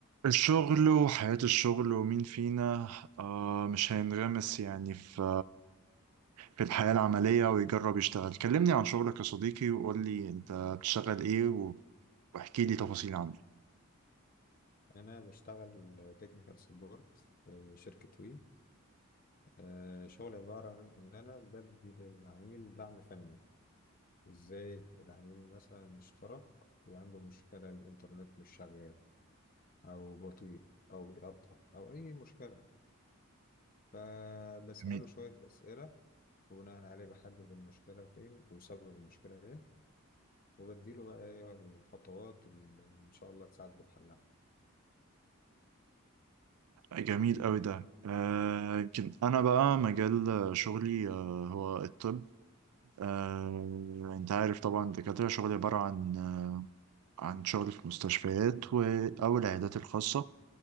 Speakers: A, on the right; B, on the left.
A: الشغل وحياة الشغل ومين فينا آه مش هينغمس يعني في في الحياة العملية ويجرب يشتغل كلمني عن شغلك يا صديقي وقول لي انت بتشتغل ايه واحكي لي تفاصيل عنه
B: أنا بشتغل تكنيكال سبورت في شركة وي آه، شغلي عبارة عن إن أنا بدي للعميل دعم فني إزاي العميل مثلا مشترك وعنده مشكلة الإنترنت مش شغال أو بطيء أو بيقطع أو أي مشكلة فبسأله
A: جميل
B: شوية أسئلة وبناء عليه بحدد المشكلة فين أو سبب المشكلة إيه وبديله بقى إيه الخطوات اللي إن شاء الله تساعده في حلها
A: جميل قوي ده آه يمكن انا بقى مجال شغلي آه هو الطب آه انت عارف طبعا الدكاترة شغلي عبارة عن عن شغل في مستشفيات و- او العيادات الخاصة